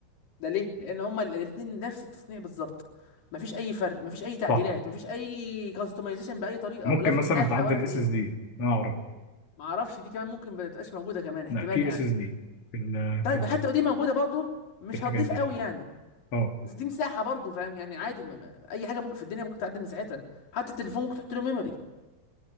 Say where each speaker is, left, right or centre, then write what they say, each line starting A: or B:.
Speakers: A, on the left (about 65°); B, on the left (about 40°).
A: ده ليه لان هما الاثنين نفس التصنيع بالظبط مفيش اي فرق مفيش اي تعديلات
B: صح
A: مفيش اي كاستمايزيشن باي طريقه
B: ممكن
A: ولا في
B: مثلا
A: مساحه
B: تعدل
A: ولا في
B: اس
A: غيره
B: اس دي أنا أعرف
A: معرفش دي كمان ممكن ما تبقاش موجوده كمان احتمال
B: لا في
A: يعني
B: اس اس دي في ال-
A: طيب
B: في ال-
A: حتى لو دي موجوده برضه مش
B: في الحاجات
A: هتضيف
B: دي
A: قوي
B: تمام
A: يعني
B: اه
A: بس دي مساحه برضه فاهم يعني عادي ما ما اي حاجه ممكن في الدنيا ممكن تعدل مساحتها حتى التليفون ممكن تحط له ميموري